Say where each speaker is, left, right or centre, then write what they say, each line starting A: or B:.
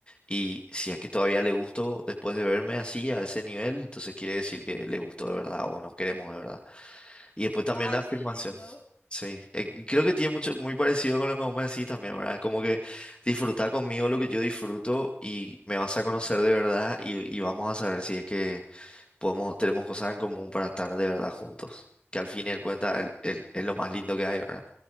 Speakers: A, on the left; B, on the left.
A: Y si es que todavía le gusto después de verme así, a ese nivel, entonces quiere decir que le gustó de verdad o nos queremos de verdad. Y después también
B: Ay,
A: la afirmación.
B: qué lindo.
A: Sí, Eh, y creo que tiene mucho, muy parecido con lo que vos me decís también, ¿verdad? Como que disfrutar conmigo lo que yo disfruto y me vas a
B: Ujú.
A: conocer de verdad y, y vamos a saber si es que podemos, tenemos cosas en común para estar de verdad juntos. Que al fin y al cuenta el- el- es lo más lindo que hay, ¿verdad?